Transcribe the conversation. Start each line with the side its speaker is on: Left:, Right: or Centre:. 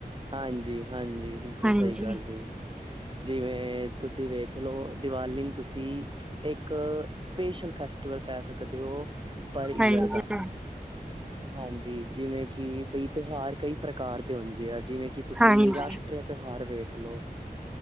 Right: ਹਾਂਜੀ-ਹਾਂਜੀ, ਬਿਲਕੁਲ
Centre: ਹਾਂਜੀ।
Right: ਸਹੀ ਗੱਲ ਹੈ ਜੀ। ਜਿਵੇਂ ਤੁਸੀਂ ਵੇਖਲਓ, ਦੀਵਾਲੀ ਨੂੰ ਤੁਸੀਂ ਇੱਕ ਸਪੇਸ਼ਲ ਫੈਸਟੀਵਲ ਕਹਿ ਸਕਦੇ ਓ, ਪਰ ਈਅਰ
Centre: ਹਾਂਜੀ,
Right: ਦਾ।
Centre: ਹਾਂਜੀ,
Right: ਹਾਂਜੀ। ਜਿਵੇਂ ਕਿ ਬਈ ਤਿਉਹਾਰ ਕਈ ਪ੍ਰਕਾਰ ਦੇ ਹੁੰਦੇ ਆ। ਜਿਵੇਂ ਕਿ ਤੁਸੀਂ
Centre: ਹਾਂਜੀ,
Right: ਰਾਸ਼ਟਰੀ ਤਿਉਹਾਰ ਵੇਖ ਲਓ।